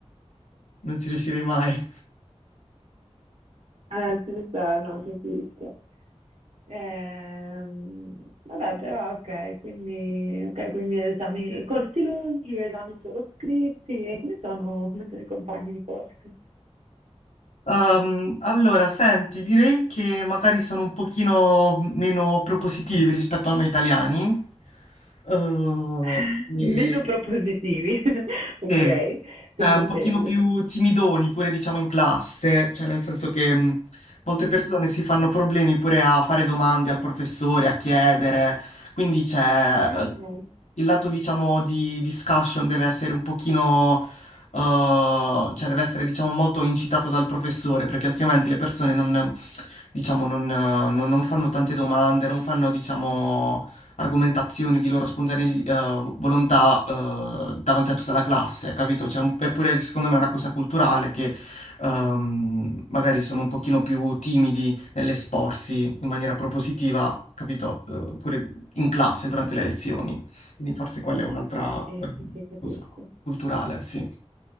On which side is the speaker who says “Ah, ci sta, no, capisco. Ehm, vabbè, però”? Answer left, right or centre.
Right